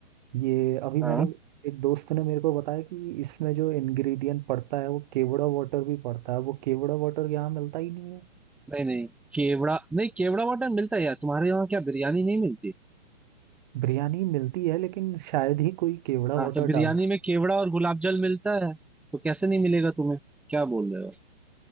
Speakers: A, on the right; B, in the centre.
A: ये अभी
B: हाँ
A: मैंने एक दोस्त ने मेरे को बताया कि इसमें जो इंग्रेडिएंट पड़ता है वो केवड़ा वाटर भी पड़ता है वो केवड़ा वाटर यहाँ मिलता ही नहीं है
B: नहीं नहीं केवड़ा नहीं केवड़ा वाटर मिलता है यार तुम्हारे यहाँ क्या बिरयानी नहीं मिलती
A: बिरयानी मिलती है लेकिन शायद ही कोई केवड़ा
B: हाँ
A: वाटर
B: तो बिरयानी
A: डालता
B: में केवड़ा और गुलाब जल मिलता है तो कैसे नहीं मिलेगा तुम्हें क्या बोल रहे हो